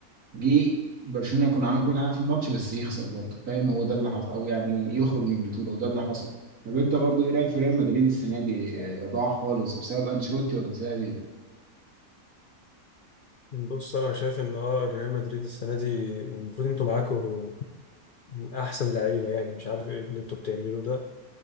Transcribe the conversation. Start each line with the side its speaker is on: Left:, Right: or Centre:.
Right: جه برشلونه يكون عامل كل حاجه في الماتش بس يخسر برضه فاهم هو ده اللي حصل او يعني يخرج من البطوله وده اللي حصل طب انت برضه ايه رايك في ريال مدريد السنه دي آه، ضاع خالص بسبب انشيلوتي ولا بسبب ايه؟
Left: بص انا شايف ان اه ريال مدريد السنه دي المفروض انتوا معاكوا احسن لعيبه يعني مش عارف ايه اللي انتوا بتعملوه ده